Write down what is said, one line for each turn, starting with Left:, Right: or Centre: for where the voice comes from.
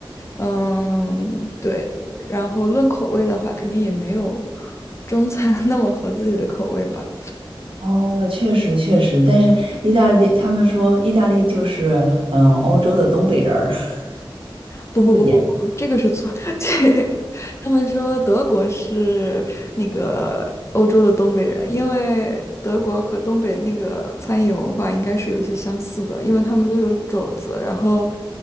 Left: 嗯，对。然后论口味的话，肯定也没有中餐 <laughs> 那么合自己的口味吧。
Right: 哦，我确实确实，但是意大利他们说意大利就是嗯、呃欧洲的东北人儿，<laughs>
Left: 不不不不不，
Right: 东北人。
Left: 这个是错。<laughs> 对，他们说德国是那个欧洲的东北人，因为德国和东北那个餐饮文化应该是有一些相似的，因为他们都有肘子，然后